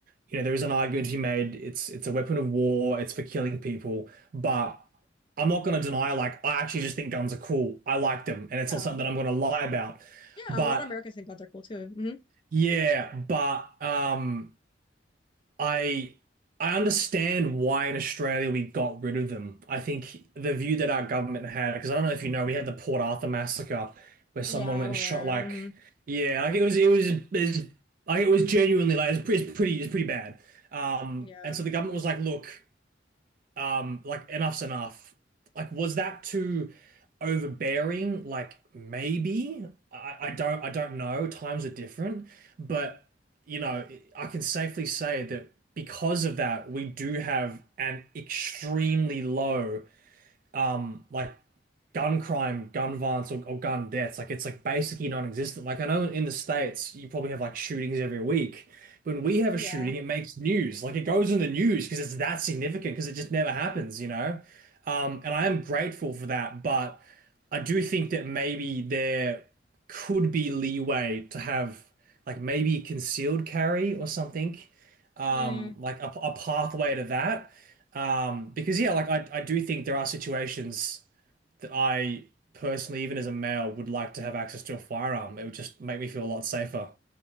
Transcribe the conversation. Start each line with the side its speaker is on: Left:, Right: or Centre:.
Right: you know, there is an argument to be made. It's it's a weapon of war. It's for killing people. But I'm not going to deny, like, I actually just think guns are cool. I like them, and it's
Left: Yeah.
Right: not something that I'm going to lie about.
Left: Yeah,
Right: But
Left: a lot of Americans think guns are cool too. hmm
Right: yeah, but um, I I understand why in Australia we got rid of them. I think the view that our government had, because I don't know if you know, we had the Port Arthur massacre where someone
Left: Yeah,
Right: went
Left: I'm
Right: and
Left: aware.
Right: shot like
Left: hmm
Right: yeah, like it was it was, it was like it was genuinely like it pretty it's pretty, it's pretty bad. Um,
Left: Yeah.
Right: and so the government was like, look um like enough's enough like was that too overbearing like maybe I, I don't I don't know times are different but you know I can safely say that because of that we do have an extremely low um like gun crime, gun violence, or, or gun deaths. Like it's like basically non-existent. Like I know in the States you probably have like shootings every week. When we have
Left: Yeah.
Right: a shooting, it makes news. Like it goes in the news because it's that significant because it just never
Left: Yeah.
Right: happens, you know? Um, and I am grateful for that, but I do think that maybe there could be leeway to have like maybe concealed carry or something, um,
Left: Mm.
Right: like a, a pathway to that. Um, because yeah, like I, I do think there are situations that I personally, even as a male, would like to have access to a firearm. It would just make me feel a lot safer.